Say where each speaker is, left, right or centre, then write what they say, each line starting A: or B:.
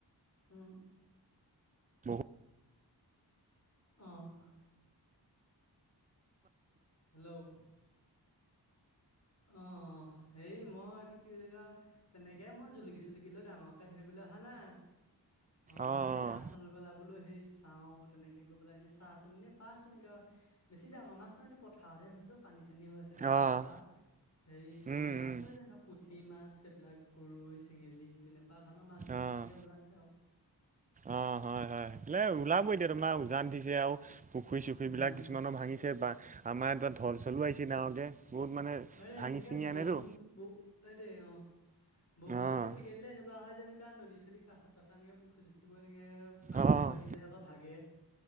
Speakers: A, on the left; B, on the right.
A: উম,
B: বহুত
A: অ', হেল্ল', অ, হেৰি মই এইটো কি বুলি কয় তেনেকে মই জুলুকি-চুলুকি লৈ ডাঙৰ তে ধৰিবলৈ অহা নাই মই
B: অ',
A: ইনে দাখন লই পেলাই বোলোঁ হেৰিছ তাও তেনেকে গৈ পেলাই এনে চাহ আছোঁ মানে পাছোন এনকা বেছি ডাঙৰ মাছ ন' এনে পথাৰতে আছে চব পানী চানী হৈ আছে। এতিয়া যে গোটেই
B: অ', অ',
A: পথাৰত সেই
B: উম,
A: বনিয়া
B: উম,
A: মাছে যেনেকা পুঠি মাছ সেইবিলাক গৰৈ চেঙেলী তেনেকুৱা ধৰণৰ মাছবিলাক
B: অ',
A: এনেকে ওলাইছে আৰু।
B: অ, হয়-হয় সেইফালে ওলাব এতিয়া তোমাৰ উজান উঠিছে আওঁ। পুখুৰী চুখুৰীবিলাক
A: উম
B: কিছুমানৰ ভাঙিছে বা আমাৰ ধৰ ঢল চলো আহিছি না আহোঁতে বহুত মানে
A: <unintelligible> তেনেকে
B: ভাঙি চিঙি
A: বৰষুণ
B: আনেতো
A: ব এইটোই অ, বৰষুণটো
B: অ',
A: বেছিকে এনেকু এনেকুৱা হয় যেনেকা নদী -চদী কাষত থকা এনেকে পুখী, -চুখুৰিবোৰ এনেকে পানীও
B: অ',
A: বাঢ়ি যায় আকৌ ভাগে